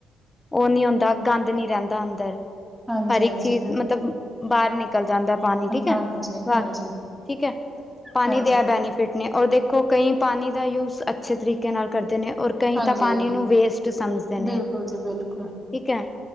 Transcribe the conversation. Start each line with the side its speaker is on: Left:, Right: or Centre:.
Left: ਉਹ ਨੀ ਹੁੰਦਾ ਗੰਦ ਨੀ ਰਹਿੰਦਾ ਅੰਦਰ
Centre: ਹਾਂਜੀ
Left: ਹਰ
Centre: ਹਾਂਜੀ
Left: ਇੱਕ ਚੀਜ਼
Centre: ਬਿਲਕੁਲ
Left: ਮਤਲਬ, ਬਾਹਰ ਨਿਕਲ ਜਾਂਦਾ ਪਾਣੀ ਠੀਕ ਹੈ
Centre: ਹਾਂਜੀ
Left: ਬਾਦ
Centre: ਹਾਂਜੀ
Left: ਠੀਕ ਹੈ ਪਾਣੀ
Centre: ਹਾਂਜੀ
Left: ਦੇ ਆ ਬੈਨੀਿਫਿਟ ਫਿੱਟ ਨੇ ਔਰ, ਦੇਖੋ ਕਈ ਪਾਣੀ ਦਾ ਯੂਜ਼ ਅੱਛੇ ਤਰੀਕੇ ਨਾਲ ਕਰਦੇ ਨੇ ਔਰ ਕਈ
Centre: ਹਾਂਜੀ
Left: ਤਾਂ ਪਾਣੀ ਨੂੰ ਵੇਸਟ ਸਮਝਦੇ ਨੇ
Centre: ਬਿਲਕੁਲ ਜੀ ਬਿਲਕੁਲ
Left: ਠੀਕ ਹੈ,